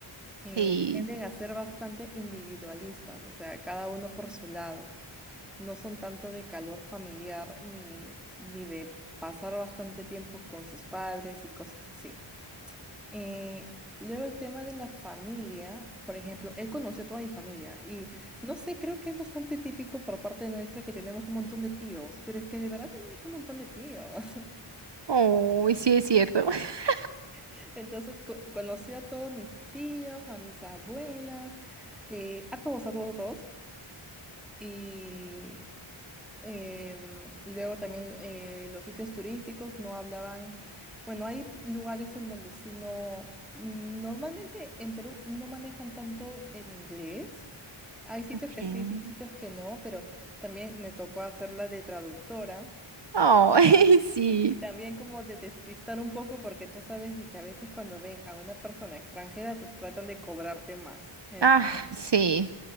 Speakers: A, in the centre; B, on the right.
A: eh,
B: sí.
A: tienden a ser bastante individualistas, o sea, cada uno por su lado no son tanto de calor familiar ni, ni de pasar bastante tiempo con sus padres y cosas así. Eh, luego el tema de la familia, por ejemplo, él conoció a toda mi familia y no sé, creo que es bastante típico por parte nuestra que tenemos un montón de tíos, pero es que de verdad tenemos un montón de tíos.
B: ¡Oh! Sí, es cierto. <laughs>
A: <laughs> Entonces co- conoció a todos mis tíos, a mis abuelas, eh, a todos, a todos, a todos. Y Em, luego también eh, los sitios turísticos no hablaban, bueno, hay lugares en donde sí no, normalmente en Perú no manejan tanto el inglés. Hay sitios
B: Ok.
A: que sí, sí, sitios que no, pero también me tocó hacerla de traductora
B: ¡Oh! <laughs> Sí.
A: y, y también como de despistar un poco porque tú sabes de que a veces cuando ven a una persona extranjera tr- tratan de cobrarte más.
B: Ah, sí.